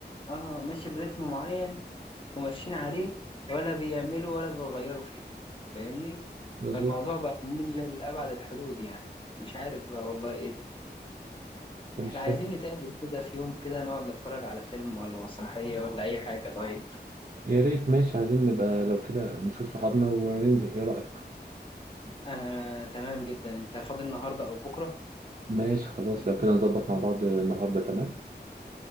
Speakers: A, on the left (about 30°); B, on the right (about 45°).
A: اه ماشي برتم معين وماشيين عليه ولا بيعملوا ولا بيغيروا فيه فاهمني
B: بالظبط
A: فالموضوع بقى ممل لأبعد الحدود يعني مش عارف بقى والله ايه ده.
B: انا
A: احنا
B: مش فاهم
A: عايزين نتقابل كده في يوم كده نقعد نتفرج على فيلم ولا مسرحية ولا أي حاجة طيب
B: يا ريت ماشي عايزين نبقى لو كده نشوف صحابنا وننزل ايه رأيك
A: أنا تمام جدا أنت فاضي النهاردة أو بكرة؟
B: ماشي خلاص لو كده نظبط مع بعض النهاردة تمام